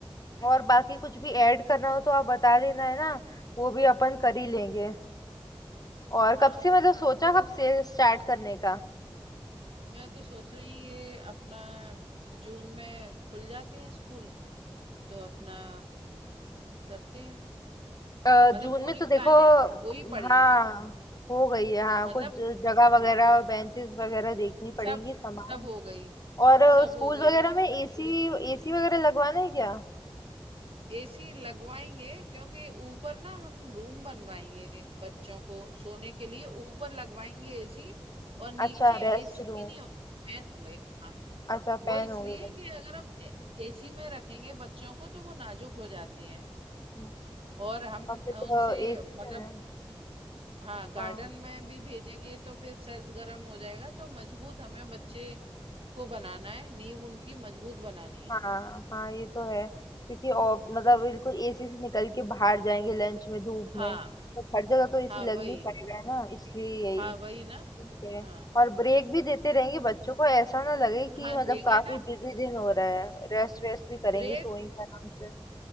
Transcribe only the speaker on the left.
और बाकी कुछ भी ऐड करना हो तो आप बता देना है ना वो भी अपन कर ही लेंगे और
कब से मतलब सोचा कब से स्टार्ट करने का
अ,
जून
में तो देखो
हाँ
हो गई है हाँ
कुछ जगह वगैरह
और बेंचेस वगैरह देखनी पड़ेंगी
सामान
और अ,
स्कूल
वगैरह
में
एसी एसी वगैरह लगवाना है क्या
अच्छा रेस्ट
रूम
अच्छा फैन
हो गया
हम्म,
और फिर
एसी से
है
हाँ
हाँ हाँ ये तो है क्योंकि ऑफ मतलब बिल्कुल एसी से निकल के बाहर जाएंगे लंच में धूप
में तो हर जगह तो एसी
लग नहीं पाएगा है ना इसलिए यही
ठीक है
और ब्रेक भी देते रहेंगे बच्चों को ऐसा ना लगे कि
मतलब
काफी
बिजी दिन हो रहा है रेस्ट वेस्ट भी करेंगे
सोएंगे आराम से